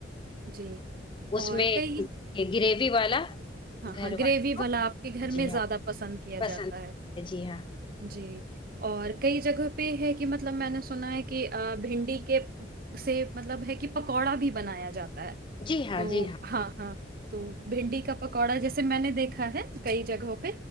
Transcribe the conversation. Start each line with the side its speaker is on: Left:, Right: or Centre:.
Right: جی
Left: اس
Right: اور
Left: میں
Right: کئی
Left: گریوی والا
Right: ہاں
Left: گھر
Right: ہاں گریوی
Left: والوں کو
Right: والا آپ کے گھر
Left: جی
Right: میں زیادہ
Left: ہاں
Right: پسند کیا
Left: پسند
Right: جاتا ہے
Left: جی ہاں
Right: جی اور کئی جگہ پہ ہے کہ مطلب میں نے سنا ہے کہ بھنڈی کے سے مطلب ہے کہ پکوڑا بھی بنایا جاتا
Left: جی ہاں
Right: تو
Left: جی
Right: ہاں ہاں تو بھنڈی کا پکوڑا جسے میں نے دیکا ہے کئی جگہوں پہ